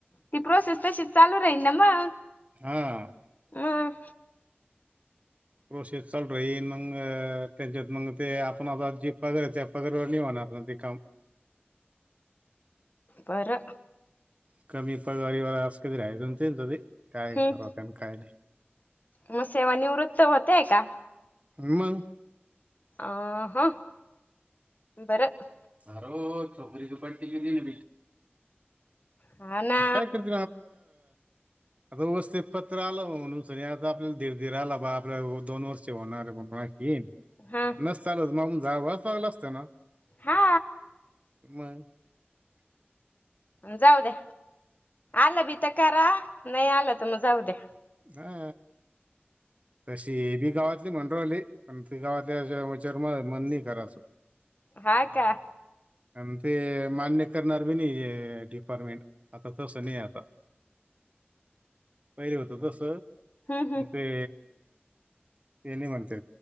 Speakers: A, on the left; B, on the right.
A: ती प्रोसेस तशीच चालू राहील ना मग
B: हा
A: ह
B: प्रोसेस चालू राहीन मग त्यांच्यात मग ते आपण आता जीप वगैरे पगरवाणी होणार ना ते काम
A: परर
B: कमी पगारीवर असं कधी राहायचं ते तध काय
A: हम्म
B: ठरवतेना काय नाही
A: मग सेवा निवृत्त होतेय का
B: हम
A: आ हा बरं
B: म र छकरी तपाट ट के दिन ब
A: हा ना
B: कायतप आता वस्थित पत्र आलं म्हणून स आता आपल्याला ीड धीर आला बा आपल्या दोन वर्ष होणारे म्हणून तीन
A: हा
B: चालू मग जाव चांगलं असत ना
A: हा
B: मग <unintelligible>
A: जाऊ द्या आलं बी तर करा नाही आलं तर मग जाऊ द्या
B: हा तशी हेबी गावातली म्हनरोवली पण त गावातली रमा मन नाही करा शक
A: हाय का
B: आणि ते मान्य करणार बी नाहीे डिपार्टमेंट आता तस नाही आता पहिले होत तस
A: हम्म हम्म
B: ते तेने म्हणते